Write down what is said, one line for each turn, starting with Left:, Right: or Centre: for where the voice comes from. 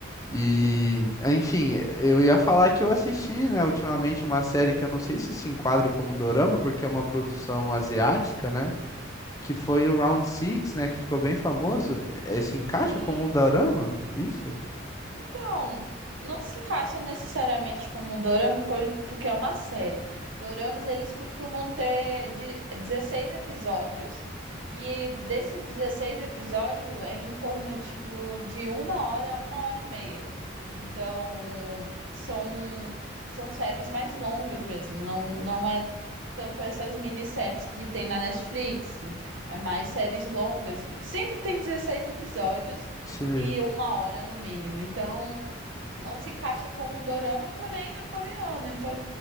Left: E, enfim, eu ia falar que eu assisti, né, ultimamente uma série que eu não sei se se enquadra como dorama, porque é uma produção asiática, né? que foi o Round Six, né, que ficou bem famoso, eh, se encaixa
Right: Sim,
Left: como um dorama? Isso?
Right: Então, não se encaixa necessariamente como um dorama, por- porque é uma série. Doramas, eles costumam ter de 16 episódios, e desses 16 episódios é em torno, tipo, de uma hora a uma hora e meia. Então, são, são séries mais longas mesmo, não, não é tanto essas minisséries que tem na Netflix, é mais séries longas. Sempre tem 16 episódios,
Left: Sei,
Right: e uma hora no mínimo. Então, não se encaixa como um dorama, porém é coreano. Então,